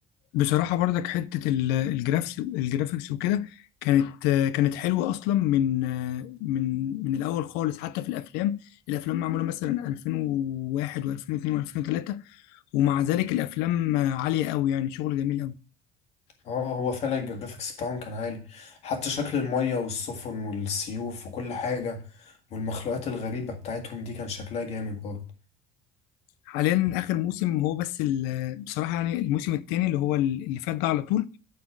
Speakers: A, on the left; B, on the left.
A: بصراحة برضك حتة ال- الجرافس الجرافيكس وكده كانت آه، كانت حلوة أصلا من آه، من من الأول خالص حتى في الأفلام الأفلام معمولة مثلا 2001 و2002 و2003 ومع ذلك الأفلام آه، عالية أوي يعني شغل جميل أوي
B: اه هو فعلا الجرافيكس بتاعهم كان عالي حتى شكل المية والسفن والسيوف وكل حاجة والمخلوقات الغريبة بتاعتهم دي كان شكلها جامد برضه
A: حاليا اخر موسم هو بس ال- بصراحه يعني الموسم الثاني اللي هو اللي فات ده على طول